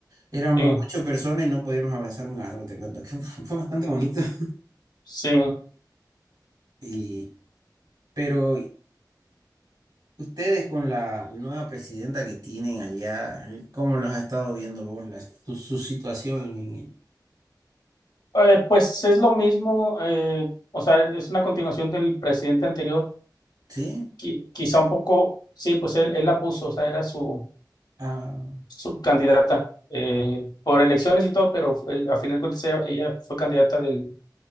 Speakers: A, on the right; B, on the left.
A: Éramos
B: Sí,
A: ocho personas y no podíamos abrazar un árbol, te cuento que <laughs> fue bastante bonito. <laughs>
B: sí.
A: Y, pero Ustedes con la nueva presidenta que tienen allá, ¿cómo los has estado viendo vos la- su, su situación? en el-
B: Eh, pues es lo mismo, eh, o sea, es una continuación del presidente anterior,
A: ¿Sí?
B: qui- quizá un poco, sí, pues él, él la puso, o sea, era su,
A: Ah,
B: su candidata eh, por elecciones y todo, pero eh, a final de cuentas ella, ella fue candidata del,